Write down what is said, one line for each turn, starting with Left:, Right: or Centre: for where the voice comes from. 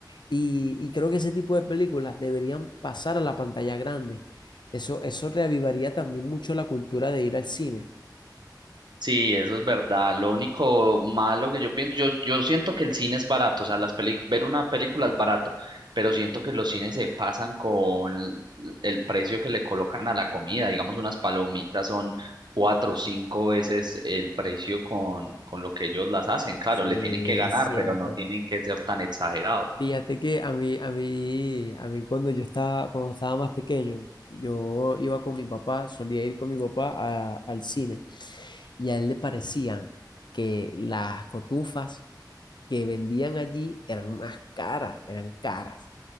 Left: Y, y creo que ese tipo de películas deberían pasar a la pantalla grande. Eso, eso reavivaría también mucho la cultura de ir al cine.
Right: Sí, eso es verdad. Lo único malo que yo pienso, yo, yo siento que el cine es barato, o sea, las peli- ver una película es barato, pero siento que los cines se pasan con el precio que le colocan a la comida. Digamos, unas palomitas son cuatro o cinco veces el precio con, con lo que ellos las hacen. Claro,
Left: Sí,
Right: le tienen que ganar,
Left: es cierto.
Right: pero no tienen que ser tan exagerados.
Left: Fíjate que a mí, a mí, a mí cuando yo estaba, cuando estaba más pequeño, yo iba con mi papá, solía ir con mi papá a- al cine y a él le parecían que las cotufas que vendían allí eran más caras, eran caras